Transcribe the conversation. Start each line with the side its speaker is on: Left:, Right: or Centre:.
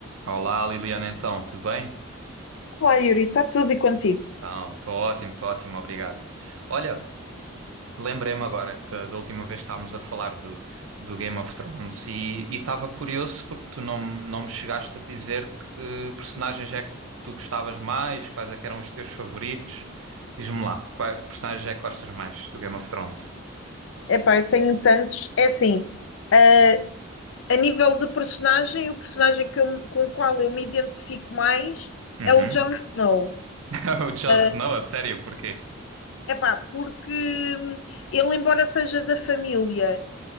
Right: Olá Liliana, então, tudo bem?
Left: Olá, Yuri, está tudo e contigo?
Right: Então, estou ótimo, estou ótimo, obrigado. Olha, lembrei-me agora que da, da última vez estávamos a falar do, do Game of Thrones e e estava curioso porque tu não, não me chegaste a dizer que personagens é que tu gostavas mais, quais é que eram os teus favoritos. Diz-me lá, qual, é, que personagens é que gostas mais do Game of Thrones?
Left: Epá, eu tenho tantos. É assim, eh, a nível de personagem, o personagem que eu- com o qual eu me identifico mais
Right: Uhum.
Left: é o Jon Snow.
Right: <laughs> O Jon
Left: Ah,
Right: Snow, a sério, porquê?
Left: Epá, porque hum, ele, embora seja da família,